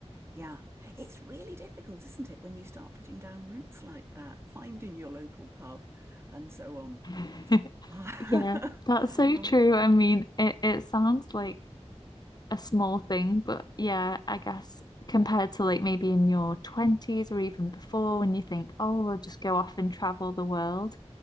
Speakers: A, on the right; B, on the left.
A: Yeah, it's really difficult, isn't it, when you start putting down roots like that, finding your local pub and so on.
B: <laughs>
A: <laughs> Ah,
B: Yeah, that's so
A: ah,
B: true. I mean, it, it sounds like a small thing, but yeah, I guess compared to like maybe in your 20s or even before when you think, oh, we'll just go off and travel the world,